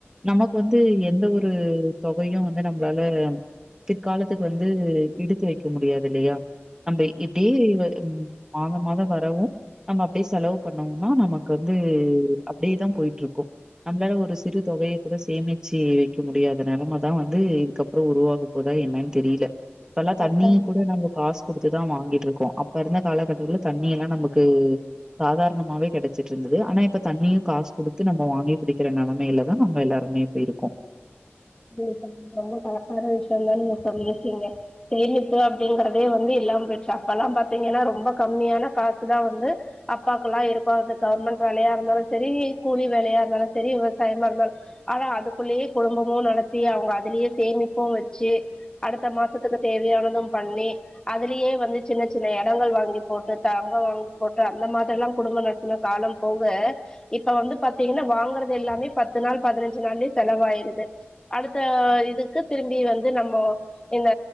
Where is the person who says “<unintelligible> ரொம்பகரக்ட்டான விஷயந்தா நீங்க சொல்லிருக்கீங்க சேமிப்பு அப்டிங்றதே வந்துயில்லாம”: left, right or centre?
Left